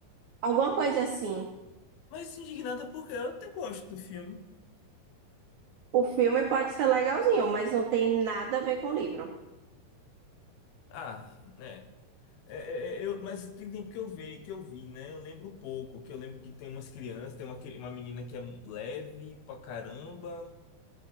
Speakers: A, on the right; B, on the left.
A: Alguma coisa assim.
B: Mas indignada porque eu até gosto do filme.
A: O filme pode ser legalzinho, mas não tem nada a ver com o livro.
B: Ah, né? É, é, é, eu, mas tem tempo que eu vi, que eu vi, né? Eu lembro pouco, que eu lembro que tem umas crianças, tem uma, que- uma menina que é leve pra caramba,